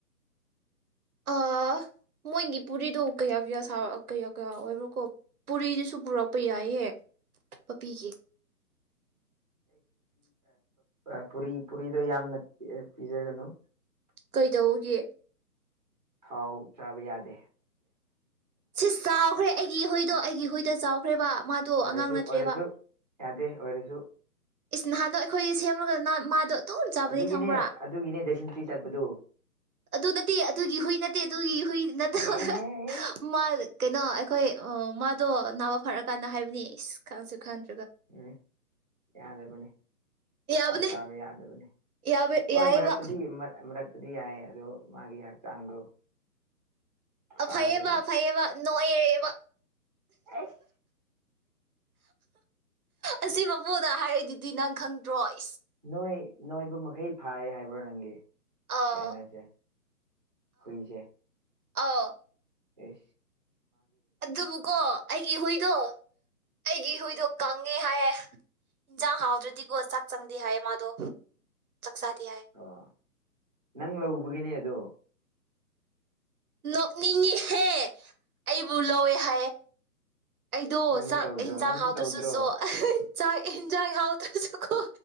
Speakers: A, on the right; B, on the right.
A: ꯑꯥ ꯃꯣꯏꯒꯤ ꯄꯨꯔꯤꯗꯣ ꯀꯌꯥ ꯀꯌꯥ ꯁꯥ ꯀꯌꯥ ꯀꯌꯥ ꯑꯣꯏꯕ꯭ꯔꯣꯀꯣ ꯄꯨꯔꯤꯗꯨꯁꯨ ꯄꯨꯔꯛꯄ ꯌꯥꯏꯍꯦ ꯄꯄꯤꯒ
B: ꯑꯦ ꯄꯨꯔꯤ ꯄꯨꯔꯤꯗꯣ ꯌꯥꯝꯅ ꯄꯤꯖꯒꯅꯨ
A: ꯀꯩꯗꯧꯒꯦ
B: ꯊꯥꯎ ꯆꯥꯕ ꯌꯥꯗꯦꯦ
A: ꯁꯤꯁ ꯇꯥꯎꯈ꯭ꯔꯦ ꯑꯩꯒꯤ ꯍꯣꯏ ꯑꯗꯣ ꯑꯩꯒꯤ ꯍꯨꯏꯗ ꯆꯥꯎꯈ꯭ꯔꯦꯕ ꯃꯥꯗꯣ
B: ꯑꯣꯏꯔꯁꯨ
A: ꯑꯉꯥꯡ ꯅꯠꯇ꯭ꯔꯦꯕ
B: ꯑꯣꯏꯔꯁꯨ ꯌꯥꯗꯦ ꯑꯣꯏꯁꯨꯁꯨ
A: ꯏꯁ ꯅꯍꯥꯟꯗꯣ ꯑꯩꯈꯣꯏꯒꯤ ꯁꯦꯝꯃꯒ ꯃꯥꯗꯣ ꯑꯗꯨꯝ ꯆꯥꯕꯅꯤ
B: ꯑꯗꯨꯒꯤꯅꯦ
A: ꯈꯪꯕ꯭ꯔꯥ
B: ꯑꯗꯨꯒꯤꯅꯦ ꯗꯁꯤꯟ ꯆꯠꯄꯗꯨ
A: ꯑꯗꯨ ꯅꯠꯇꯦ ꯑꯗꯨꯒꯤ ꯍꯨꯏ ꯅꯠꯇꯦ ꯑꯗꯨꯒꯤ ꯍꯨꯏ ꯅꯠꯇꯕ
B: ꯑꯦꯍꯦ
A: ꯃꯥ ꯀꯩꯅꯣ ꯑꯩꯈꯣꯏ ꯃꯥꯗꯣ ꯅꯥꯕ ꯐꯔꯛꯀꯥꯟꯗ ꯍꯥꯏꯕꯅꯤ ꯏꯁ ꯈꯪꯁꯨ ꯈꯪꯗꯦ
B: ꯎꯝ ꯌꯥꯗꯕꯅꯤ
A: ꯌꯥꯕꯅꯦ
B: ꯊꯥꯎ ꯆꯥꯕ ꯌꯥꯗꯕꯅꯤ
A: ꯌꯥꯕ
B: ꯍꯣꯏ
A: ꯌꯥꯏꯑꯕ
B: ꯃꯔꯛꯇꯗꯤ ꯃꯔꯛ ꯗꯤ ꯌꯥꯏ ꯑꯗꯣ ꯃꯥꯒꯤ ꯍꯛꯆꯥꯡꯗꯣ ꯐꯗꯦꯕ
A: ꯑ ꯐꯌꯦꯕ ꯐꯌꯦꯕ ꯅꯣꯏ ꯋꯥ
B: ꯑꯁ
A: ꯑꯁꯤ ꯃꯕꯨꯡꯗ ꯍꯥꯏꯔꯛꯏꯗꯨꯗꯤ ꯅꯪ ꯈꯪꯗ꯭ꯔꯣꯏ
B: ꯅꯣꯏ ꯅꯣꯏꯕ ꯃꯈꯩ ꯐꯥꯏ ꯍꯥꯏꯕ꯭ꯔꯣ ꯅꯪꯒꯤ
A: ꯑꯥꯎ
B: ꯀꯥꯏꯅꯁꯦ ꯍꯏꯁ
A: ꯑ
B: ꯎ
A: ꯑꯗꯨꯕꯨꯀꯣ ꯑꯩꯒꯤ ꯍꯨꯏꯗꯣ ꯑꯩꯒꯤ ꯍꯨꯏꯗꯣ ꯀꯪꯉꯦ ꯍꯥꯏꯌꯦꯦ ꯌꯦꯟꯖꯥꯡ ꯍꯥꯎꯗ꯭ꯔꯗꯤꯀꯣ ꯆꯥꯛ ꯆꯪꯗꯦ ꯍꯥꯏꯌꯦ ꯃꯥꯗꯣ ꯆꯥꯗꯦ ꯍꯥꯏ
B: ꯑꯣ ꯅꯪ ꯂꯧ ꯎꯕꯒꯤꯅꯦ ꯑꯗꯣ
A: ꯅꯣꯛꯅꯤꯡꯉꯍꯦ ꯑꯩꯕꯨ ꯂꯧꯋꯦ ꯍꯥꯏ ꯑꯩꯗꯣ
B: ꯅꯪꯁꯨ
A: ꯆꯥꯛ
B: ꯇꯧꯗ꯭ꯔꯣ
A: ꯍꯦꯟꯖꯥꯡ
B: ꯅꯪꯁꯨ
A: ꯍꯥꯥꯎꯗꯨꯁꯨꯁꯨ
B: ꯇꯧꯗ꯭ꯔꯣ
A: ꯆꯥꯛ ꯌꯦꯟꯖꯥꯛ ꯍꯥꯎꯗ꯭ꯔꯁꯨꯀꯣ